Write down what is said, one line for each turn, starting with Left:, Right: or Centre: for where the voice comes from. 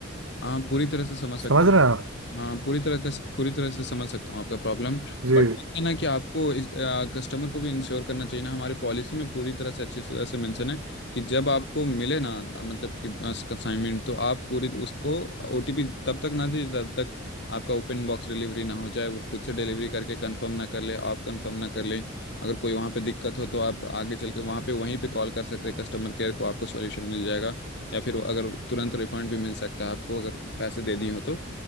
Left: हाँ पूरी तरह से समझ सकता
Right: समझ
Left: हूँ
Right: रहे हैं आप
Left: हाँ पूरी तरह का पूरी तरह से समझ सकता हूँ आपका प्रॉब्लम
Right: जी
Left: बट है ना कि आपको इस कस्टमर को भी इंश्योर करना चाहिए ना हमारे पॉलिसी में पूरी तरह से अच्छी तरह से मेंशन है कि जब आपको मिले ना अ, मतलब कि असाइनमेंट तो आप पूरी उसको ओटीपी तब तक ना दीजिए तब तक आपका ओपन बॉक्स डिलीवरी ना हो जाए वो खुद से डिलीवरी करके कंफर्म ना कर ले आप कंफर्म ना कर ले अगर कोई वहाँ पे दिक्कत हो तो आप आगे चल के वहाँ पे वहीं पे कॉल कर सकते हैं कस्टमर केयर को आपको सॉल्यूशन मिल जाएगा या फिर अगर तुरंत रिफंड भी मिल सकता है आपको अगर पैसे दे दिए हो तो